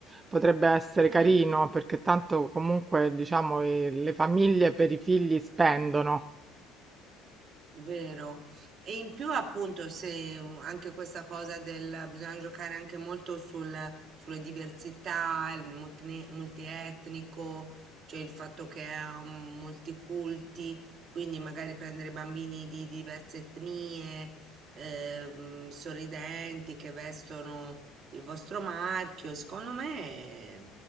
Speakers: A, on the right; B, on the right.
A: Potrebbe essere carino,
B: mm.
A: perché tanto comunque, diciamo, i- le famiglie per i figli spendono.
B: Vero. E in più appunto se um, anche questa cosa del bisogna giocare anche molto sul- sulle diversità, il multine- multietnico, cioè il fatto che è um, multiculti, quindi magari prendere bambini di diverse etnie, ehm, sorridenti che vestono il vostro marchio, secondo me eh,